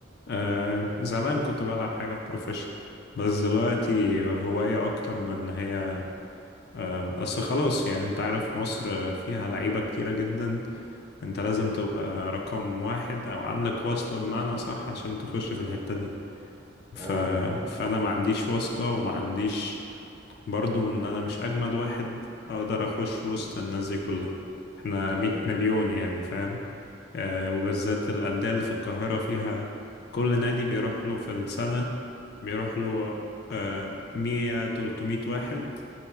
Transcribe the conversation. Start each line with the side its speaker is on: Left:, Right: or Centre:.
Left: آه، زمان كنت بلعب حاجة بروفيشنال بس دلوقتي هواية أكتر من إن هي آه، أصل خلاص يعني أنت عارف مصر فيها لعيبة كتيرة جدا انت لازم تبقى رقم واحد او عندك واسطة بمعنى صح عشان تخش في الحتة دي ف...
Right: ايوه دي حقيقة
Left: فانا ما عنديش واسطة وما عنديش برضو ان انا مش اجمد واحد اقدر اخش وسط الناس دي كلها احنا 100
Right: ايوه
Left: مليون يعني فاهم آه وبالذات الاندية اللي في القاهرة فيها كل نادي بيروح له في السنة بيروح له آه، مية تلتمية واحد